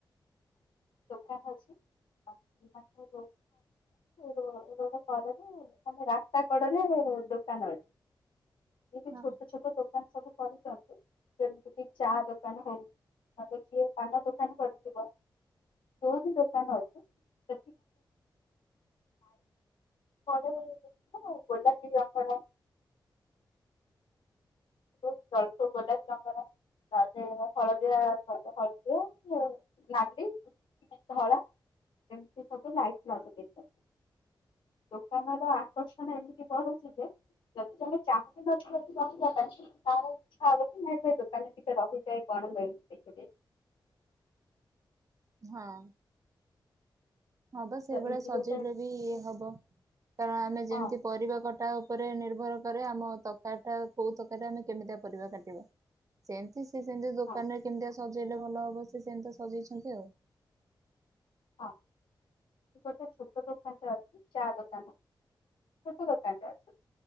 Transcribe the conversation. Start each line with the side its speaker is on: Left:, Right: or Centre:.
Left: ଦୋକାନ ଅଛି <unintelligible> ରୋଡରେ ମାନେ ରାସ୍ତା କଡରେ ଦୋକାନ ଅଛି। ଏବେ
Right: ହଁ।
Left: ଛୋଟ ଛୋଟ ଦୋକାନ ସବୁ କରିଛନ୍ତି। ଯେମିତି କି ଚା ଦୋକାନ ହଉ ନହେଲେ କିଏ ପାନ ଦୋକାନ କରିଥିବ। ଯୋଉ ବି ଦୋକାନ ଅଛି ସେ ଗୋଲାପୀ <unintelligible> ସ୍ୱଳ୍ପ ଗୋଲାପୀ ରଙ୍ଗର <unintelligible> ତା ହଳଦିଆ ହଳଦିଆ ନାଲି ଧଳା ଏମିତି ସବୁ ଲାଇଟ ଲଗାଇ ଦେଇଛନ୍ତି। ଦୋକାନ ର ଆକର୍ଷଣ ଏମିତି ବଢୁଛି ଯେ ଯଦି ଜଣେ ଚାହୁଁ ନଥିବ ତାର ଇଚ୍ଛା ହବ କି ନାଇଁ ଭ ଦୋକାନରେ ଟିକେ ରହିଯାଇ କଣ ମିଳୁଛି ଦେଖିଦିଏ।
Right: ହଁ ହଁ ବା ସେଇଭଳିଆ
Left: ତ ଏଇଠି
Right: ସଜେଇଲେ
Left: ଗୋଟେ
Right: ବି ହବ କାରଣ ଆମେ
Left: ହଁ
Right: ଯେମିତି ପରିବା କଟା ଉପରେ ନିର୍ଭର କରେ ଆମ ତରକାରଟା କେଉଁ ତରକାରାରେ ଆମେ କେମିତିଆ ପରିବା କାଟିବା। ସେମତି ସି ସେମିତି ଦୋକାନ
Left: ହଁ
Right: ରେ କେମିତିଆ ସଜେଇଲେ ଭଲ ହବ ସି ସେମିତି ସଜେଇଛନ୍ତି ଆଉ।
Left: ହଁ ଗୋଟେ ଛୋଟ ଦୋକାନ ଟା ଅଛି। ଚା ଦୋକାନ ଛୋଟ ଦୋକାନ ତ ଅଛି